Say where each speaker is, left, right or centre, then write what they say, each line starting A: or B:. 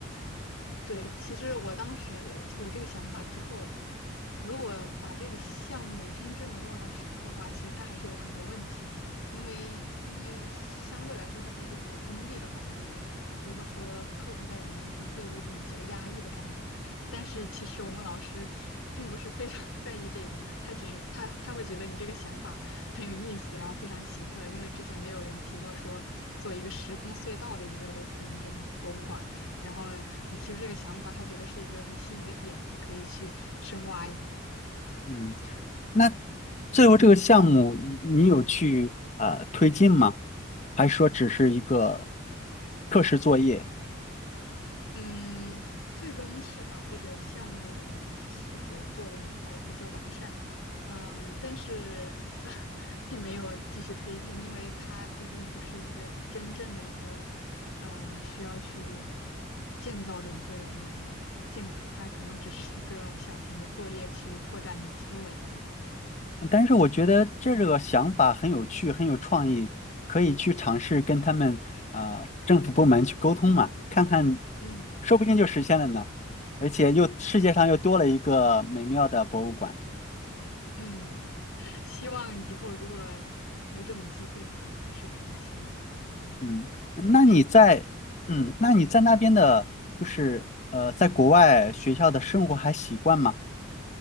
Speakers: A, on the left (about 85°); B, on the left (about 35°).
A: 对，其实我当时有这个想法之后，如果把这个项目真正的落到实处的话，其实它还是有很多问题的，因为因为相对来说这是一个比较封闭的环境，如果说客户在里面可能会有一种比较压抑的感觉，但是其实我们老师并不是非常 <laughs> 在意这个，他只是他他会觉得你这个想法很有意思，然后非常奇特，因为之前没有人提过说做一个时空隧道的一个类似于这种博物馆。然后你提出这个想法，他觉得是一个很新颖的点子，可以去深挖一下。
B: 嗯，那最后这个项目你你有去啊呃推进吗？还是说只是一个课时作业？
A: 嗯，最终是把这个项目的细节做的还比较完善，嗯，但是它 <laughs> 并没有继续推进，因为它毕竟不是一个真正的一个呃需要去建造的一个建筑，它可能只是一个小型的作业去拓展你的思维吧。
B: 但是我觉得这个想法很有趣，很有创意，可以去尝试跟他们啊、呃政府部门去沟通嘛，看看，
A: 嗯
B: 说不定就实现了呢。而且又世界上又多了一个美妙的博物馆。
A: 嗯。<laughs> 希望以后如果有这种机会的话，还是可以去呃
B: 嗯，那你在嗯，
A: 深化一下。对，
B: 那你在那边的，就是呃，在国外学校的生活还习惯吗？